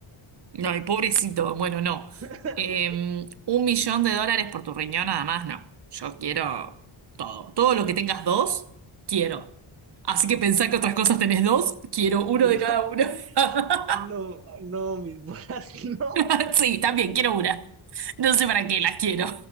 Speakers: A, on the right; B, on the right.
A: No, y pobrecito, bueno, no.
B: <laughs>
A: Eh, un millón de dólares por tu riñón nada más, no. Yo quiero todo. Todo lo que tengas dos, quiero. Así que pensá que otras cosas tenés dos, quiero uno
B: No,
A: de cada uno. <laughs>
B: no, no, mis bolas, <laughs> no.
A: <laughs> Sí, también quiero una. No sé para qué las quiero.